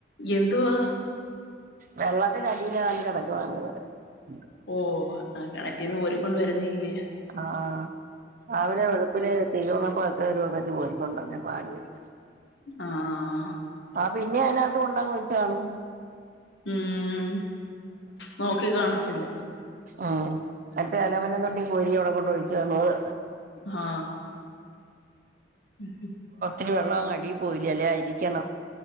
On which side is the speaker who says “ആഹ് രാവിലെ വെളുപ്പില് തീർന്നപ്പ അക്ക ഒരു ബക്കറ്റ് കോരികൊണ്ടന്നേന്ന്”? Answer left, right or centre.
Right